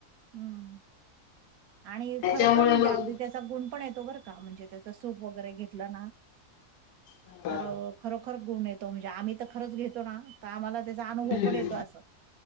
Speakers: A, on the right; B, on the left.
A: हम्म आणि
B: त्याच्यामुळे
A: खरोखर म्हणजे
B: मग
A: अगदी त्याचा गुण पण येतो बरं का, म्हणजे त्याच सूप वगैरे घेतला ना <inaudible>
B: हा.
A: तर खरोखर गुण येतो म्हणजे आम्ही तर खरंच घेतो ना तर आम्हाला त्याचा अनुभव
B: हं
A: पण
B: ह
A: येतो असं.